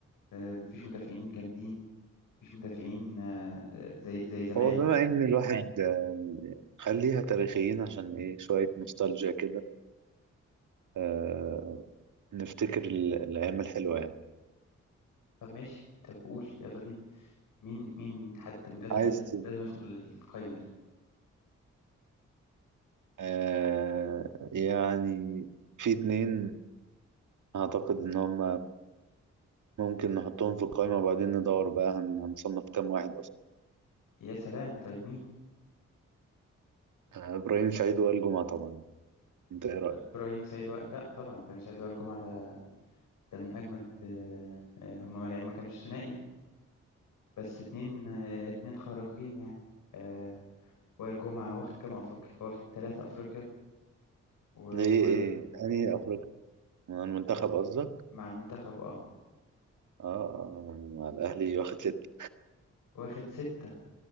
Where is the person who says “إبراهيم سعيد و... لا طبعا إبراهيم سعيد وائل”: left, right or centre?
Left